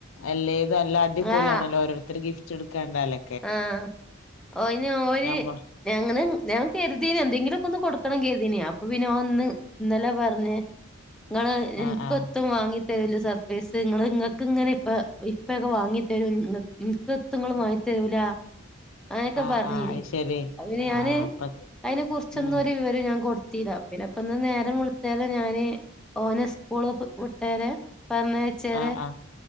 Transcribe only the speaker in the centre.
ആഹ്
ആഹ് അയിന് ഓര്
ഞങ്ങള് ഞാൻ കരുതീനു എന്തെങ്കിലൊക്കെ ഒന്ന് കൊടുക്കണം കരുതീന് അപ്പൊ പിന്നെ ഓന് ഇന്ന് ഇന്നലെ പറഞ്ഞ് ഇങ്ങള് എനിക്കൊത്തും
വാങ്ങി തരൂല സർപ്രൈസ് ഇങ്ങള് ഇങ്ങൾക്ക് ഇങ്ങനെ ഇപ്പ ഇപ്പയൊക്കെ വാങ്ങി തരും ഇന്ക്കൊത്തും ഇങ്ങള് വാങ്ങി തരൂല അങ്ങനൊക്കെ
പറഞ്ഞീന്
അയ് ഞാന്
അയ്നെ കുറിച്ചൊന്നും
ഒരു വിവരം ഞാൻ കൊടുത്തീരാ പിന്നെപ്പിന്ന് നേരം വെളുത്തേരം ഞാന് ഓനെ സ്കൂള് വിട്ടേര് പറഞ്ഞയ ച്ചേര്